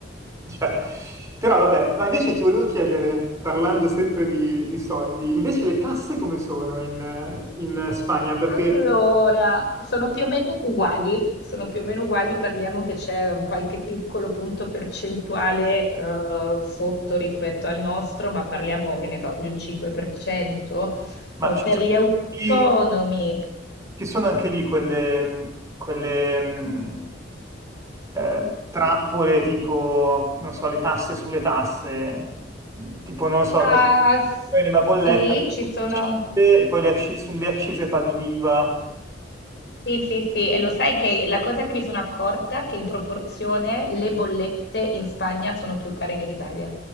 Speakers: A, on the right; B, on the left.
A: cioè, Però vabbè, ma invece ti volevo chiedere, parlando sempre di, di soldi, invece le tasse come sono in, in Spagna? Perché...
B: Allora, sono più o meno uguali, sono più o meno uguali, parliamo che c'è un qualche piccolo punto percentuale eh, sotto rispetto al nostro, ma parliamo, che ne so, di un 5%.
A: Ma
B: Eh,
A: ci
B: per
A: sono,
B: gli autonomi,
A: lì- ci sono anche lì quelle, quelle mh, eh, trappole tipo, non so, le tasse sulle tasse, tipo, non lo so,
B: ah, s-
A: Poi nella bolletta,
B: sì, ci sono...
A: e poi le acci- sulle accise paghi l'IVA,
B: Sì, sì, sì, e lo sai che la cosa che mi sono accorta è che in proporzione le bollette in Spagna sono più care che in Italia.